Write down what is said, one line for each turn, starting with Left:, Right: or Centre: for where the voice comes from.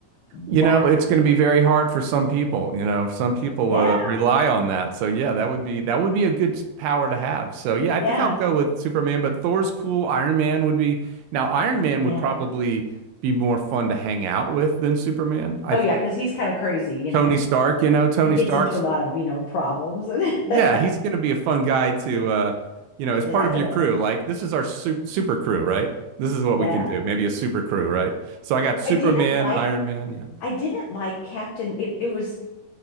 Left: Wow.
Right: You know, it's going to be very hard for some people, you know. Some people
Left: Yeah.
Right: uh, rely on that. So yeah, that would be that would be a good power to have. So yeah, I
Left: Yeah.
Right: think I'll go with Superman, but Thor's cool. Iron Man would be now Iron Man
Left: Yeah.
Right: would probably be more fun to hang out with than Superman. I
Left: Oh
Right: think
Left: yeah, because he's kind of crazy, you know.
Right: Tony Stark, you know, Tony
Left: He gets
Right: Stark's
Left: into a lot of, you know, problems.
Right: yeah,
Left: <laughs>
Right: he's going to be a fun guy to, uh, you know, as
Left: Definitely.
Right: part of your crew. Like, this is our super, super crew, right? This is what
Left: Yeah.
Right: we can do. Maybe a super crew, right? So I got Superman,
Left: I didn't like
Right: Iron Man, yeah,
Left: I didn't like Captain it, it was